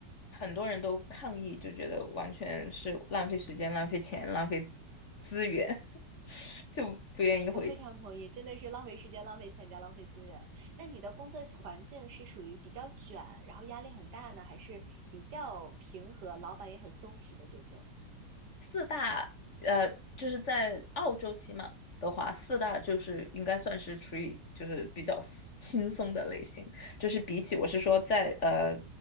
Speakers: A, on the left (about 45°); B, on the right (about 70°).
A: 很多人都抗议，就觉得完全是浪费时间、浪费钱、浪费资源，<laughs> 就不愿意回去。
B: 我非常同意，真的是浪费时间、浪费钱加浪费资源。那你的工作环境是属于比较卷，然后压力很大呢，还是比较平和，老板也很松弛的这种？
A: 四大呃，就是在澳洲起码的话，四大就是应该算是处于就是比较 s- 轻松的类型，就是比起我是说在呃